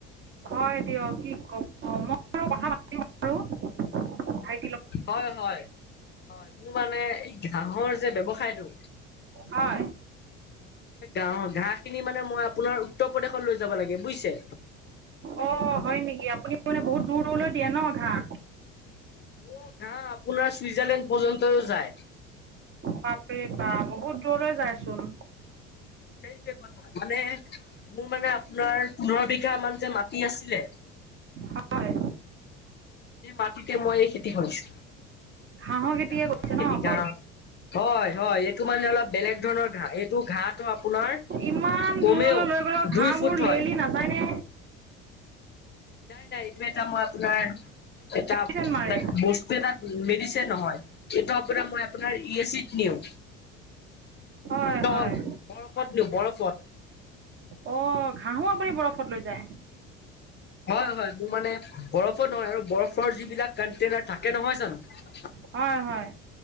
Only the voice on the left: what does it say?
হয়- হয়-হয় মোৰ মানে ঘাঁহৰ যে ব্যৱসায়টো
এই গাহৰ ঘাঁহ খিনি মানে মই আপোনাৰ উত্তৰ প্ৰদেশত লৈ যাব লাগে বুইছে?
মোৰ ঘাঁহ আপোনাৰ চুইজাৰলেণ্ড পৰ্যন্তও যায়।
সেইটোৱে কথা মানে মোৰ মানে আপোনাৰ পোন্ধৰ বিঘা মান যে মাটি আছিলে
এই মাটিতে মই খেতি কৰিছোঁ
গাঁৱৰ
খেতি
গাওঁ হয় -হয় এইটো মানে অলপ বেলেগ ধৰণৰ ঘাঁহ এইটো ঘাঁহটো আপোনাৰ
কমেও
দুই
ফুট
হয়
দাই -নাই এইটো এটা মই আপোনাৰ এটা
-এটা
বস্তু এটা মেডিচে নহয়, এইটো আপোনাৰ মই আপোনাৰ ই এ চিত নিও।
তল
বৰফত নিওঁ বৰফত।
হয় -হয় মোৰ মানে বৰফো নহয় আৰু বৰফৰ যিবিলাক কনটেইনাৰ থাকে নহয় জানো